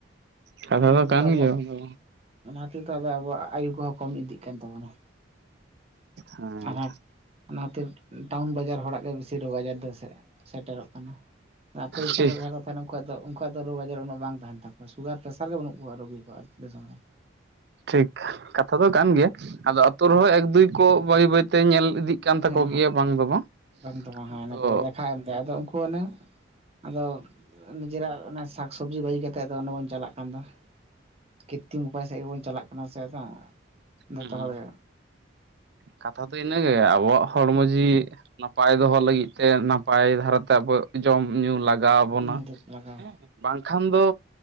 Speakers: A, on the right (about 55°); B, on the right (about 30°).
A: ᱠᱟᱛᱷᱟ
B: ᱠᱷᱟᱹᱛᱤᱨ
A: ᱫᱚ ᱠᱟᱱ
B: ᱛᱮ ᱟᱵᱚ
A: ᱜᱮᱭᱟ ᱫᱚ
B: ᱚᱱᱟ ᱠᱷᱟᱹᱛᱤᱨ ᱛᱮ ᱟᱵᱚ ᱣᱟᱜ ᱟᱭᱩ ᱠᱚᱦᱚᱸ ᱠᱚᱢ ᱤᱫᱤᱜ ᱠᱟᱱ ᱛᱟᱵᱚᱱᱟ
A: ᱦᱮᱸ
B: ᱦᱚᱸ ᱟᱨ ᱚᱱᱟᱛᱮ ᱴᱟᱣᱩᱱ ᱵᱟᱡᱟᱨ ᱦᱚᱲᱟᱜ ᱜᱮ ᱵᱮᱥᱤ ᱨᱳᱜᱽ ᱟᱡᱟᱨ ᱫᱚ ᱥᱮᱴᱮᱨᱚᱜ ᱠᱟᱱᱟ ᱟᱛᱩ ᱫᱤᱥᱚᱢ
A: ᱴᱷᱤᱠ
B: ᱨᱮ ᱡᱟᱦᱟᱸᱭ ᱠᱚ ᱛᱟᱦᱮᱱᱟ ᱩᱱᱠᱩᱣᱟᱜ ᱫᱚ ᱩᱱᱠᱩᱣᱟᱜ ᱫᱚ ᱨᱳᱜᱽ ᱟᱡᱟᱨ ᱩᱱᱟᱹᱜ ᱵᱟᱝ ᱛᱟᱦᱮᱱ ᱛᱟᱠᱚᱣᱟ ᱥᱩᱜᱟᱨ ᱯᱮᱥᱟᱨ ᱜᱮ ᱵᱟᱹᱱᱩᱜ ᱠᱚᱣᱟ ᱨᱩᱜᱤ ᱠᱚᱣᱟᱜ. ᱟᱛᱩ ᱥᱚᱢ ᱨᱮ
A: ᱴᱷᱤᱠ ᱠᱟᱛᱷᱟ ᱫᱚ ᱠᱟᱱ ᱜᱮᱭᱟ ᱟᱫᱚ ᱟᱹᱛᱩ ᱨᱮᱦᱚᱸ ᱮᱠ ᱫᱩᱭ ᱠᱚ ᱵᱟᱹᱭ ᱵᱟᱹᱭᱛᱮ ᱧᱮᱞ ᱤᱫᱤᱜ ᱠᱟᱱ ᱛᱟᱠᱚ
B: ᱧᱮᱞ ᱦᱟᱸᱜ
A: ᱜᱮᱭᱟ ᱵᱟᱝ ᱫᱚ ᱵᱟᱝ
B: ᱵᱟᱝ ᱫᱚ ᱵᱟᱝ ᱦᱮᱸ
A: ᱟᱫᱚ
B: ᱱᱤᱛᱚᱜ ᱫᱚ ᱠᱚ ᱫᱮᱠᱷᱟ ᱮᱢᱛᱮ ᱟᱫᱚ ᱩᱱᱠᱩ ᱚᱱᱮᱝ ᱟᱫᱚ ᱱᱤᱡᱮᱨᱟᱜ ᱚᱱᱟ ᱥᱟᱜᱽ ᱥᱟᱡᱤ ᱵᱟᱹᱜᱤ ᱠᱟᱛᱜ ᱟᱫᱚ ᱚᱱᱰᱮ ᱵᱚᱱ ᱪᱟᱞᱟᱜ ᱠᱟᱱ ᱫᱚ ᱠᱤᱛᱛᱤᱱ ᱩᱯᱟᱭ ᱥᱮᱜ ᱜᱮᱵᱚᱱ ᱪᱟᱞᱟᱜ ᱠᱟᱱᱟ ᱥᱮᱸ ᱟᱫᱚ ᱡᱚᱛᱚ
A: ᱦᱸ
B: ᱦᱚᱲ ᱜᱮ
A: ᱠᱟᱛᱷᱟ ᱫᱚ ᱤᱱᱟᱹᱜᱮ ᱟᱵᱚᱣᱟᱜ ᱦᱚᱲᱢᱚ ᱡᱤᱣᱤ ᱱᱟᱯᱟᱭ ᱫᱚᱦᱚ ᱞᱟᱹᱜᱤᱫ ᱛᱮ ᱱᱟᱯᱟᱭ ᱫᱷᱟᱨᱟᱛᱮ ᱟᱵᱚ ᱡᱚᱢ ᱧᱩ ᱞᱟᱠ ᱞᱟᱜᱟᱣ ᱵᱚᱱᱟ
B: ᱱᱤᱨᱟᱹᱜ ᱞᱟᱜᱟᱣ
A: ᱦᱮᱸ ᱵᱟᱝᱠᱷᱟᱱ ᱫᱚ